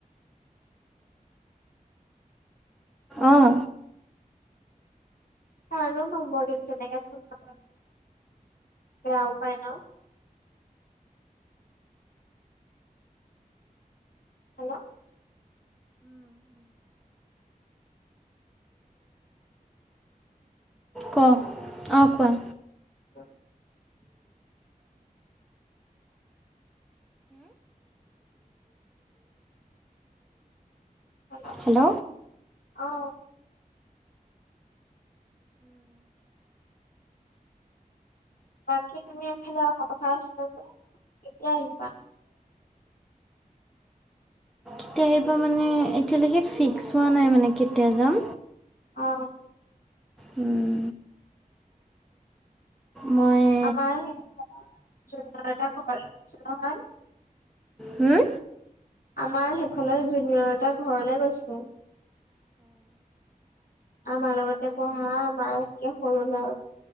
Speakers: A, in the centre; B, on the left.
A: অঁ
B: কাৰনো নম্বৰ দিম, তেনেকুৱাকে কাবাৰ এয়াই বেয়াও পাই ন। হেল্ল'।
A: ক, অ, কোৱা।
B: অ। হেল্ল'।
A: হেল্ল'।
B: অ। বাকী তুমি এইফালে অহা কথা আছিলে যে কেতিয়া আহিবা?
A: কেতিয়া আহিবা মানে এতিয়ালৈকে ফিক্স হোৱা নাই মানে, কেতিয়া যাম।
B: অ।
A: উম। মই
B: আমাৰ সেইফালে জুনিয়ৰ এটা ঘৰলে গৈছে নহয়।
A: হম?
B: আমাৰ সেইফালে জুনিয়ৰ এটা ঘৰলে গৈছে। আমাৰ লগতে পঢ়া আমাৰ একে সৰুৰ ল'ৰা।